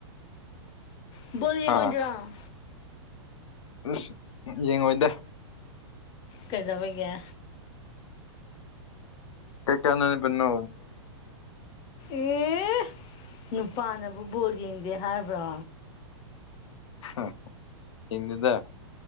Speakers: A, on the left; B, on the left.
A: ꯕꯣꯜ ꯂꯤꯒꯣꯟꯖꯔꯥ
B: ꯍꯥ ꯑꯁ ꯌꯦꯡꯉꯣꯏꯗ
A: ꯀꯩꯗꯧꯕꯒꯦ
B: ꯀꯩ ꯀꯦꯟꯅꯕꯅꯣ
A: ꯑꯦ ꯅꯨꯄꯥꯅꯕꯨ ꯕꯣꯜ ꯌꯦꯡꯗꯦ ꯍꯥꯏꯕ꯭ꯔꯣ
B: ꯍꯥ ꯌꯦꯡꯗꯦꯗ